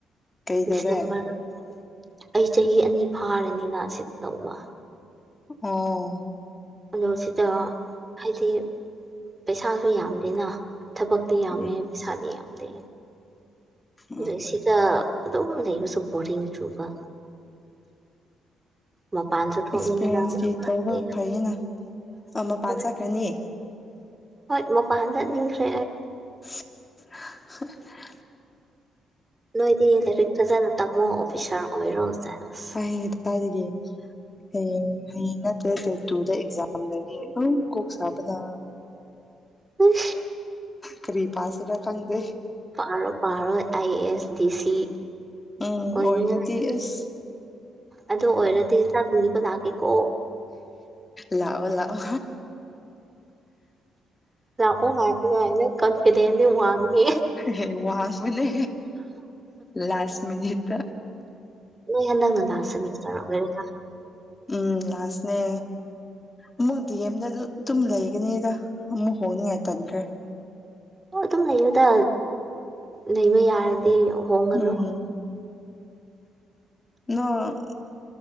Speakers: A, on the left; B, on the right.
A: ꯀꯩꯗꯧꯔꯦ
B: ꯗꯤꯁꯦꯝꯕꯔ ꯑꯩ ꯆꯍꯤ ꯑꯅꯤ ꯐꯥꯔꯅꯤꯅ ꯁꯤ ꯇꯧꯕ
A: ꯑꯣ
B: ꯑꯗꯣ ꯁꯤꯗ ꯍꯥꯏꯗꯤ ꯄꯩꯁꯥꯁꯨ ꯌꯥꯝꯗꯦꯅ ꯊꯕꯛꯇꯤ ꯌꯥꯝꯃꯦ
A: ꯎꯝ
B: ꯄꯩꯁꯥꯗꯤ ꯌꯥꯝꯗꯦ
A: ꯎꯝ
B: ꯌꯦꯁꯤꯗ ꯌꯨꯝ ꯂꯩꯕ ꯁꯔꯤ ꯆꯨꯕ ꯃꯄꯥꯟꯁꯨ ꯊꯣꯛꯅꯤꯡꯉꯤꯅ
A: ꯑꯦꯛꯁꯄꯤꯔꯤꯌꯦꯟꯁ
B: ꯃꯔꯛ
A: ꯀ
B: ꯃꯔꯛꯇꯤ
A: ꯇꯧꯕ ꯐꯌꯦꯅ ꯑꯃ ꯄꯥ
B: ꯍꯣꯏ
A: ꯆꯠꯀꯅꯤ
B: ꯍꯣꯏ ꯃꯄꯥꯟ ꯆꯠꯅꯤꯡꯁꯦ
A: <unintelligible>
B: ꯅꯣꯏꯗꯤ ꯂꯦꯕꯤꯛꯛꯇꯖ ꯇ ꯃ ꯑꯣꯐꯤꯁꯔ ꯑꯣꯏꯔꯣ ꯆꯁ
A: ꯑꯩ <unintelligible> ꯍꯌꯦꯡ ꯍꯌꯦꯡ ꯅꯠꯇꯦ ꯗꯦꯠ ꯇꯨꯗ ꯑꯦꯛꯖꯥꯝ ꯂꯩꯌꯦ ꯑꯗꯨꯝ ꯀꯣꯛ ꯁꯥꯕꯅ
B: ꯎꯝ
A: ꯀꯔꯤ ꯄꯥꯁꯤꯔ ꯈꯪꯗꯦ
B: ꯄꯔꯣ ꯄꯔꯣ ꯑ ꯑꯦꯁ ꯗꯤ ꯁꯤ
A: ꯎꯝ
B: ꯑꯣꯏꯅꯤꯉꯥꯏ
A: ꯑꯣꯏꯔꯗꯤ ꯑꯁ
B: ꯑꯗꯨ ꯑꯣꯏꯔꯗꯤ ꯆ ꯊꯣꯡꯅꯤꯕ ꯂꯥꯛꯀꯦꯀꯣ
A: ꯂꯑꯣ ꯂꯑꯣ
B: ꯂꯥꯛꯑꯣ ꯍꯥꯏ ꯍꯥꯏꯅ ꯀꯟꯐꯤꯗꯦꯟꯗꯤ ꯋꯥꯡꯉꯦ
A: ꯍꯦ ꯋꯥꯕꯨꯅꯦ ꯂꯥꯁ ꯃꯤꯅꯤꯠ
B: ꯍꯅ ꯂꯥꯁ ꯁꯦꯃꯤꯁꯇꯔ ꯑꯣꯏ
A: ꯎꯝ ꯂꯥꯁꯅꯦ ꯑꯃꯨꯛꯗꯤ ꯑꯦꯝꯗ ꯑꯗꯨ ꯑꯗꯨꯝ ꯂꯩ ꯅꯦꯗ ꯑꯃꯝ ꯍꯣꯡꯅꯤꯤ ꯍꯥꯏ ꯇꯟ꯭ꯔꯦ
B: ꯑꯣ ꯑꯗꯨꯝ ꯂꯩꯅꯗ ꯂꯩꯕ ꯌꯥꯔꯗꯤ ꯍꯣꯡꯒꯅꯨ
A: ꯎꯝꯝ ꯅꯪ